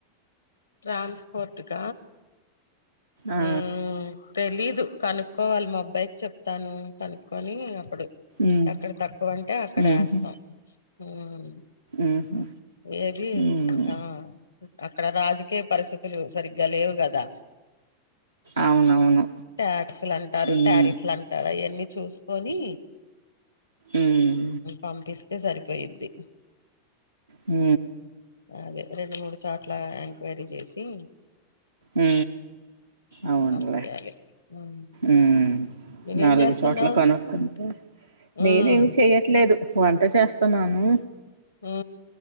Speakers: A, on the left; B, on the right.
A: ట్రాన్స్పోర్ట్క
B: ఆ
A: ఒ తెలిదు కనుక్కోవాలి మా అబ్బాయికి చెప్తాను కనుక్కొని అప్పుడు
B: ఉమ్
A: అక్కడ తక్కువ అంటే అక్కడ
B: ఉహు
A: వేస్తాం ఉహ
B: ఉహు
A: ఏది
B: ఉమ్
A: ఆ అక్కడ రాజ ఒకే పరిస్థితులు సరిగ్గా లేవు కదా
B: అవునవును
A: టాక్స్ లు అంటారు
B: ఉమ్
A: టారిఫ్లు అంటారు ఆయన్ని చూసుకొని
B: ఉమ్
A: పంపిస్ అయితే సరిపోయిద్ది
B: హ
A: అదే రెండు మూడు చోట్ల ఎంక్వైరీ చేసి
B: ఉ అవునులే
A: పంపియాలి మ్మ్
B: ఉ
A: నువ్వేం
B: నాలుగు
A: చేస్తున్నావ్
B: చోట్ల కనుక్కుంటే
A: మ్మ్
B: నేనే ఏమి చెయ్యట్లేదు వంట చేస్తున్నాను
A: ఉ